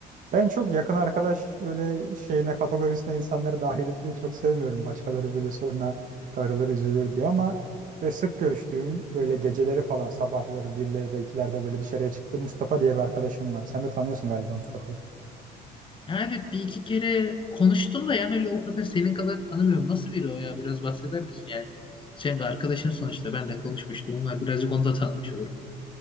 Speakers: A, on the right; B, on the left.
A: ben çok yakın arkadaş böyle şeyine kategorisine insanları dahil etmeyi çok sevmiyorum. Başkaları böyle soruna darılır üzülür diye ama ve sık görüştüğüm böyle geceleri falan sabahları birleri de ikilerde böyle dışarıya çıktığım Mustafa diye bir arkadaşım var. Sen de tanıyorsun galiba Mustafa'yı.
B: Ya evet bir iki kere konuştum da yani öyle o kadar senin kadar tanımıyorum. Nasıl biri o ya? Biraz bahseder misin yani? Sen de arkadaşın sonuçta. Ben de konuşmuştum. Onlar birazcık onu da tanımış olurum.